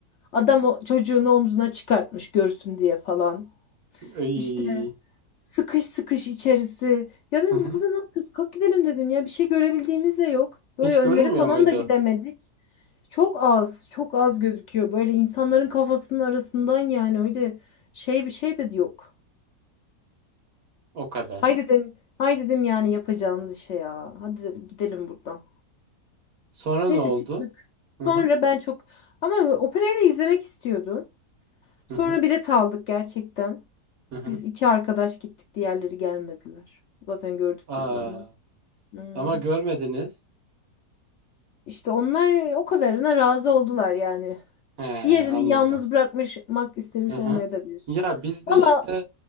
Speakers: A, on the left; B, on the right.
A: Adam o çocuğunu omzuna çıkartmış görsün diye falan.
B: Ay.
A: İşte. Sıkış sıkış içerisi. Ya dedim
B: Hı hı.
A: biz burada ne yapıyoruz? Kalk gidelim dedim ya. Bir şey görebildiğimiz de yok. Böyle
B: Hiç
A: önleri
B: görünmüyor
A: falan
B: muydu?
A: da gidemedik. Çok az, çok az gözüküyor. Böyle insanların kafasının arasından yani öyle şey bir şey de yok.
B: O kadar.
A: Hay dedim, hay dedim yani yapacağınız işe ya. Hadi dedim gidelim buradan.
B: Sonra
A: Neyse
B: ne oldu?
A: çıktık.
B: Hı hı
A: Sonra ben çok ama operayı da izlemek istiyordum. Sonra
B: hı hı
A: bilet aldık gerçekten.
B: hı hı.
A: Biz iki arkadaş gittik, diğerleri gelmediler. Zaten gördük
B: Aa,
A: dedi onlar. Hmm.
B: ama görmediniz.
A: İşte onlar o kadarına razı oldular yani.
B: He,
A: Diğerini
B: anladım.
A: yalnız bırakmak istemiş
B: Hı hı.
A: olmaya da bilir.
B: Ya biz de
A: Valla
B: işte